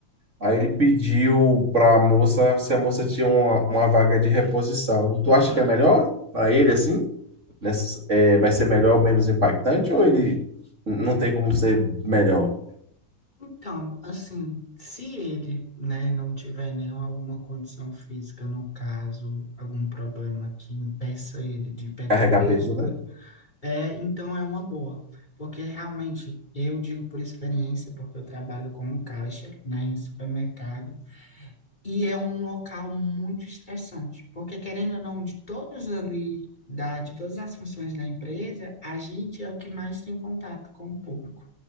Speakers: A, on the right (about 35°); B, on the left (about 20°).
A: Aí ele pediu para a moça se a moça tinha uma, uma vaga de reposição. Tu acha que é melhor para ele assim? Nessa- é, vai ser melhor ou menos impactante? Ou ele não tem como ser melhor?
B: Então, assim, se ele, né, não tiver nenhuma alguma condição física, no caso, algum problema que impeça ele de pegar
A: Carregar
B: peso,
A: peso, né?
B: por, é, então é uma boa. Porque realmente, eu digo por experiência, porque eu trabalho como caixa, né, em supermercado, E é um local muito estressante, porque querendo ou não, de todos ali, da, de todas as funções da empresa, a gente é o que mais tem contato com o público.